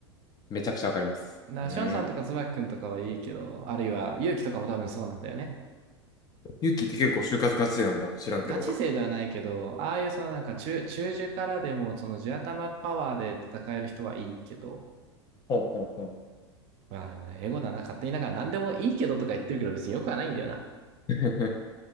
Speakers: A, on the left; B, on the right.
A: めちゃくちゃわかります。
B: ら、
A: うん。
B: ションさんとか椿くんとかはいいけど、あるいは、勇気とかも多分そうなんだよね。
A: ユキって結構就活ガチなんだ。知らんけど。
B: ガチ勢ではないけど、ああいうそのなんか中、中樹からでも、その地頭パワーで戦える人はいいけど、
A: ほうほうほ
B: まあでもね、エゴだな、勝手になんか何でもいいけどとか言ってるけど別によくはないんだよな。
A: う。<laughs>